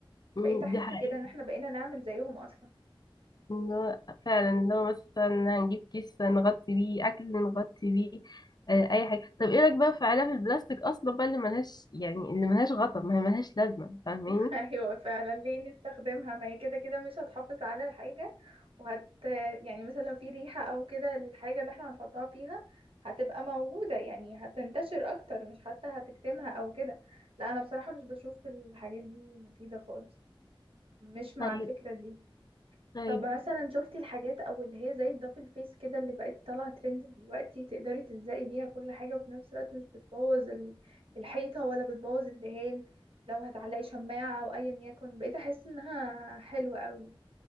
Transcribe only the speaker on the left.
أمم،
دي حقيقه
ان هو فعلا ان هو مثلا هنجيب كيس نغطي بيه اكل نغطي بيه آه، اي حاجه طب ايه رايك بقى في علب البلاستيك اصلا بقى اللي ملهاش يعني اللي ملهاش غطا ما هي ملهاش لازمه فاهماني
طيب
طيب